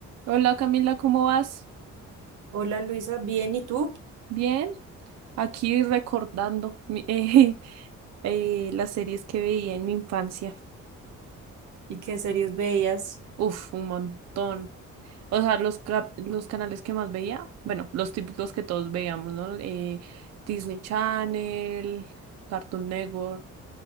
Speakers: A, on the right; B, on the right.
A: Hola Camila, ¿cómo vas?
B: Hola Luisa, bien, ¿y tú?
A: Bien, aquí recordando mi- <laughs> eh, eh, las series que veía en mi infancia.
B: ¿Y qué series veías?
A: Uf, un montón. O sea, los, cap- los canales que más veía, bueno, los típicos que todos veíamos, ¿no? Eh, Disney Channel, Cartoon Network,